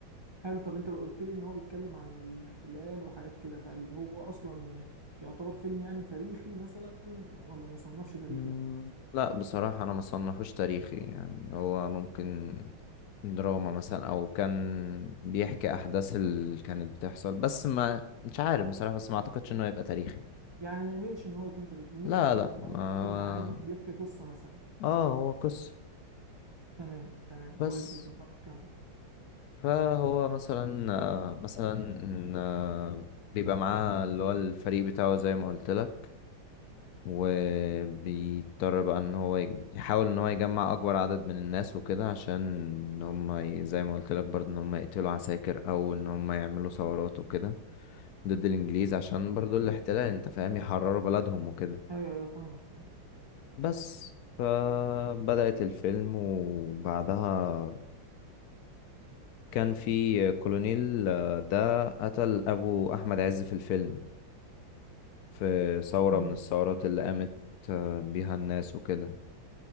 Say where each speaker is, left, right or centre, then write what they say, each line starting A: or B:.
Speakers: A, on the right; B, on the left.
A: حلو طب انت قلت لي ان هو بيتكلم عن الاحتلال وحاجات كده فهو اصلا يعتبر فيلم يعني تاريخي مثلا ولا ما يصنفش تاريخي
B: مم، لا بصراحة أنا ما صنفوش تاريخي يعني هو ممكن دراما مثلا أو كان بيحكي أحداث اللي كانت بتحصل بس ما مش عارف بصراحة بس ما أعتقدش إنه يبقى تاريخي
A: يعني ما يميلش ان هو يكون تاريخي يميل
B: لا
A: اكتر
B: لا
A: ان
B: ما
A: هو فيلم عادي بيحكي قصة مثلا
B: اه هو قصة
A: تمام تمام
B: بس
A: كويس جدا طيب كمل
B: فهو مثلا آه، مثلا آه، بيبقى معاه اللي هو الفريق بتاعه زي ما قلت لك وبيضطر بقى ان هو يج- يحاول ان هو يجمع اكبر عدد من الناس وكده عشان ان هم ي- زي ما قلت لك برضه ان هم يقتلوا عساكر او ان هم يعملوا ثورات وكده ضد الانجليز عشان برضه الاحتلال انت فاهم يحرروا بلدهم وكده
A: ايوه ايوه فاهمك فاهم
B: بس فبدأت الفيلم وبعدها كان في كولونيل آه، ده قتل أبو أحمد عز في الفيلم في ثورة
A: مم.
B: من الثورات اللي قامت آه، بيها الناس وكده